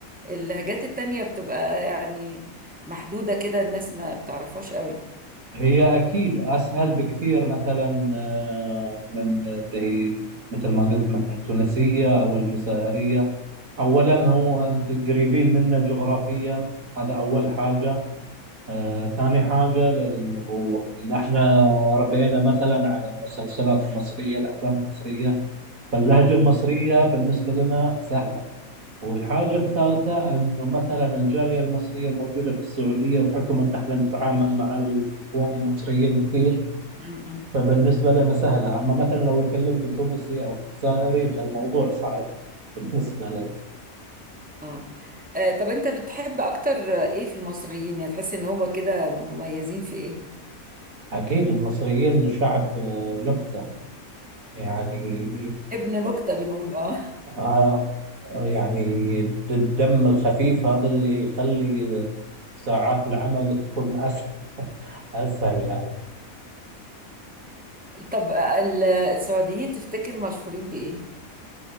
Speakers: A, in the centre; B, on the right.
A: اللهجات التانية بتبقى يعني محدوده كده الناس ما بتعرفهاش قوي
B: هي أكيد أسهل بكثير مثلا آه، من اللي هي مثل ما قلت مثلا التونسية أو الجزائرية أولا هو أنتم قريبين منا جغرافيا هذا أول حاجة آه، ثاني حاجة ل- ل- هو إن إحنا ربينا مثلا على المسلسلات المصرية الأفلام المصرية فاللهجة المصرية بالنسبة لنا سهلة والحاجة الثالثة أنه مثلا الجالية المصرية الموجودة في السعودية بحكم أن إحنا نتعامل مع الإخوان المصريين كثير
A: مم.
B: فبالنسبة لنا سهلة أما مثلا لو يكلمني تونسي أو جزائري فالموضوع صعب بالنسبة لنا
A: اه آه، طب انت بتحب اكتر آه، ايه في المصريين يعني تحس ان هو كده مميزين في ايه
B: أكيد المصريين شعب آه، نكتة يعني
A: ابن نكتة بنقول اه
B: آه، يعني الدم الخفيف هذا اللي يخلي ساعات العمل تكون أسهل أسهل يعني
A: <laughs> طب آه، ال- السعوديين تفتكر مشهورين بايه